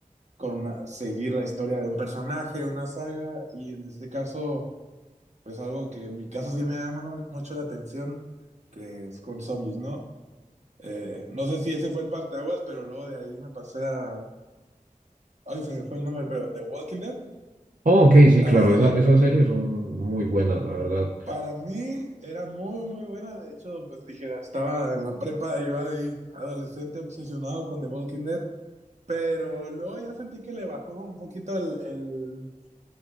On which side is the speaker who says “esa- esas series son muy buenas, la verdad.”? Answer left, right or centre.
Right